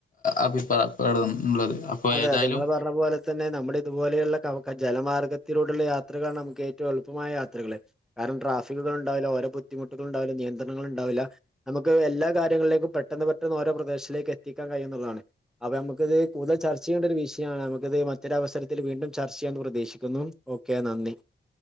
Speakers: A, on the left; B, in the centre.
A: അഭിപ്രായപ്പെടള്ളത് അപ്പൊ
B: അതെ
A: ഏതായാലും
B: അതെ നിങ്ങൾ പോലെ തന്നെ നമ്മുടെ ഇതുപോലെയുള്ള ക ജലമാർഗത്തിലൂടുള്ള യാത്രകാണ് നമുക്ക് ഏറ്റവും എളുപ്പമായ യാത്രകള് കാരണം ട്രാഫിക്കുകൾണ്ടാവില്ല ഓരോ ബുദ്ധിമുട്ടുകൾണ്ടാവില്ല നിയന്ത്രണൾ ണ്ടാവില്ല നമക്ക് എല്ലാ കാര്യങ്ങളിലേക്കും പെട്ടെന്ന് പെട്ടെന്ന് ഓരോ പ്രദേശിലേക്ക് എത്തിക്കാൻ കഴിയുന്നതാണ്. അപ്പൊ നമുക്കിത് കൂടുതൽ ചർച്ച ചെയ്യണ്ട ഒരു വിഷയാണ് നമുക്ക ഇത് മറ്റൊരവസരത്തിൽ വീണ്ടും ചർച്ച ചെയ്യാന്ന് പ്രതീക്ഷിക്കുന്നു. ഓക്കെ നന്ദി.